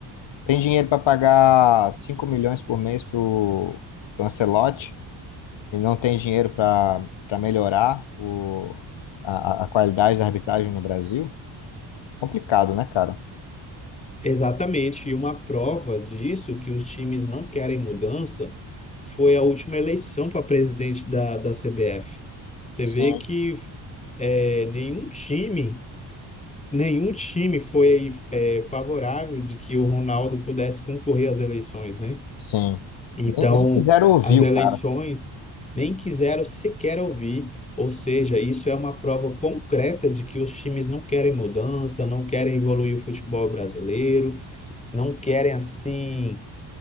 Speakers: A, on the left; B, on the left.
A: Tem dinheiro para pagar 5 milhões por mês para o Ancelotti e não tem dinheiro para para melhorar o, a, a a qualidade da arbitragem no Brasil? Complicado, né, cara?
B: Exatamente, e uma prova disso que os times não querem mudança foi a última eleição para presidente da, da CBF. Você
A: Sim.
B: vê que é, nenhum time, nenhum time foi é, favorável de que o Ronaldo pudesse concorrer às eleições, né?
A: Sim.
B: Então,
A: Nem, nem quiseram ouvir
B: as
A: o
B: eleições
A: cara.
B: nem quiseram sequer ouvir, ou seja, isso é uma prova concreta de que os times não querem mudança, não querem evoluir o futebol brasileiro não querem assim